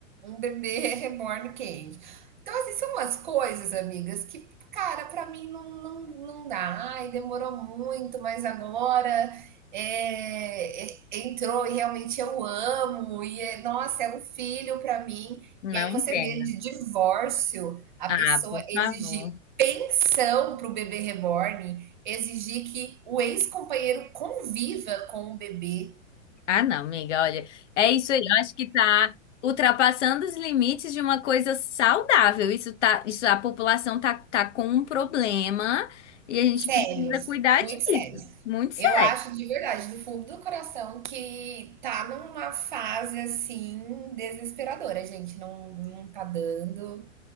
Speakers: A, on the right; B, on the left.
A: um bebê reborn quente? Então, assim, são umas coisas, amigas, que, cara, pra mim não, não, não dá. Ai, demorou muito, mas agora é, é, entrou e realmente eu amo. E, é, nossa, é um filho pra mim.
B: Não
A: E aí
B: entendo.
A: você vê de divórcio a
B: Ah,
A: pessoa
B: por
A: exigir
B: favor.
A: pensão pro bebê reborn, exigir que o ex-companheiro conviva com o bebê.
B: Ah, não, amiga, olha, é isso aí. Eu acho que tá ultrapassando os limites de uma coisa saudável. Isso tá, isso a população tá, tá com um problema e a gente
A: Sérios,
B: precisa cuidar
A: muito
B: disso.
A: sérios.
B: Muito sério.
A: Eu acho de verdade, do fundo do coração, que tá numa fase assim desesperadora, gente. Não, não tá dando,